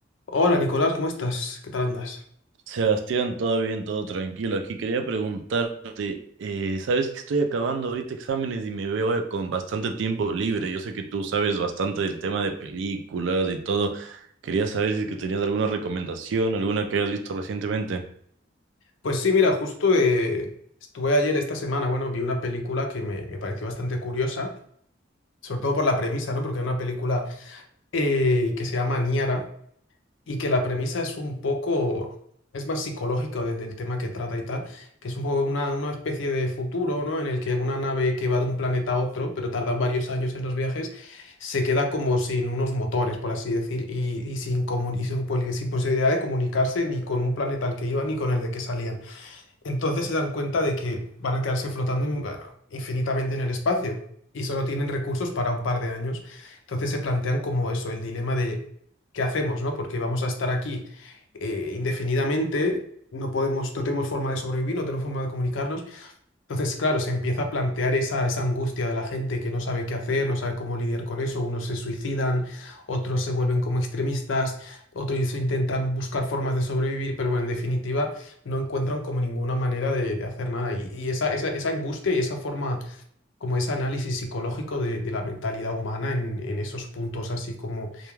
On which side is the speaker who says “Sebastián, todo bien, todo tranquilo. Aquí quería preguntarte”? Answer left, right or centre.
Right